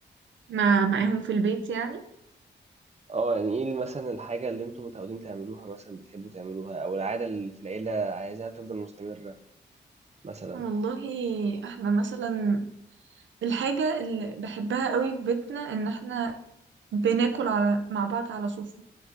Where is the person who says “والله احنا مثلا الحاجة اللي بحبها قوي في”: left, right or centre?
Right